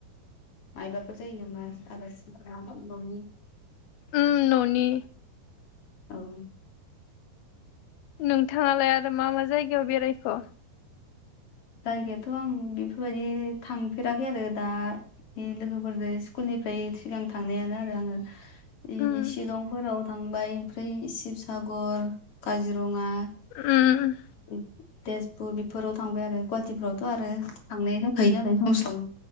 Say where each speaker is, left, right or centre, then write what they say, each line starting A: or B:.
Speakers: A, on the left; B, on the left.
A: मायबाफोर जायो नामास आलासि न' न'नि
B: उम न'नि
A: औ
B: नोंथाङालाय आरो मा मा जायगायाव बेरायखो?
A: जायगायाथ' आं बेफोरबायदि थांफेराखै आरो दा बे लोगोफोरजों स्कुलनिफ्राय सिगां थांनायानो आरो आङो। इनि
B: उम
A: शिलंफोराव थांबाय ओमफ्राय शिबसागर काजिरङा
B: उम
A: ओइद तेजपुर बेफोराव थांबाय आरो गुवाहाटिफ्रावथ' आरो थांलाय जाखायो नालाय सम सम